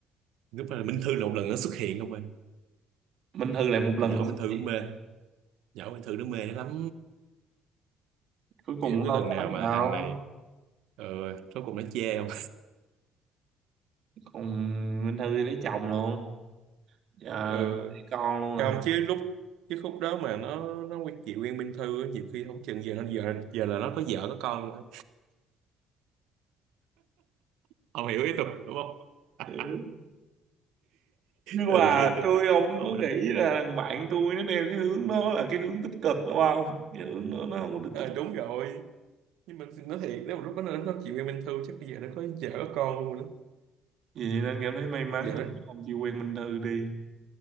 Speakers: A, on the right (about 85°); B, on the right (about 50°).
A: lúc đó là Minh Thư là một lần nó xuất hiện không ơi
B: Minh Thư lại một lần
A: thằng nhỏ
B: nữa
A: Minh
B: xuất
A: Thư cũng
B: hiện
A: mê
B: nữa
A: nhỏ Minh Thư nó mê lắm
B: cuối cùng
A: kiểu
B: cũng
A: cái
B: đâu
A: lần nào
B: tới gì
A: mà
B: đâu
A: thằng này ừ, rốt cuộc nó chê không
B: còn Minh Thư thì lấy chồng luôn giờ
A: <laughs> ừ,
B: lấy con luôn
A: không chứ lúc chứ khúc đó mà nó nó quen chị quen Minh Thư á, nhiều khi không chừng giờ nó giờ giờ là nó có vợ có con luôn á. ông hiểu ý tôi đúng không <laughs>
B: rồi nhưng
A: ừ
B: mà
A: thì cái
B: tôi không
A: lúc đó
B: có nghĩ
A: mà
B: là thằng bạn tôi nó theo cái hướng đó là cái hướng tích cực đúng không cái hướng đó nó không có được
A: Ờ,
B: tích cực
A: đúng rồi nhưng mà nói thiệt nếu mà lúc đó nó nó chịu em Minh Thư chắc bây giờ nó có vợ có con luôn rồi đó
B: gì nên cảm thấy may mắn
A: vợ
B: gì
A: đó
B: không chịu quen Minh Thư đi